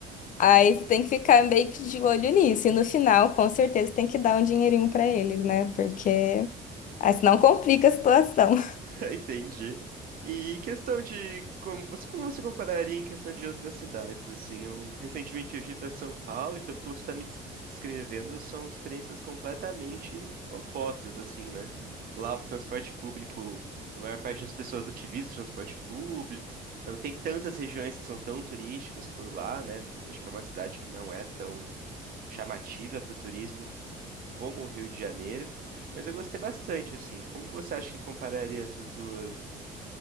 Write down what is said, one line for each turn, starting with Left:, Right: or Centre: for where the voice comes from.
Left: Aí você tem que ficar meio que de olho nisso. E no final, com certeza, tem que dar um dinheirinho para eles, né? Porque aí senão complica a situação. <laughs>
Right: <laughs> Entendi. E questão de como você, como você compararia em questão de outras cidades, assim, eu recentemente viajei para São Paulo e pelo que você está me des- descrevendo, são experiências completamente opostas, assim, né? Lá o transporte público, a maior parte das pessoas utiliza o transporte público, não tem tantas regiões que são tão turísticas por lá, né? Acho que é uma cidade que não é tão chamativa para o turismo como o Rio de Janeiro. Mas eu gostei bastante, assim. Como que você acha que compararia essas duas?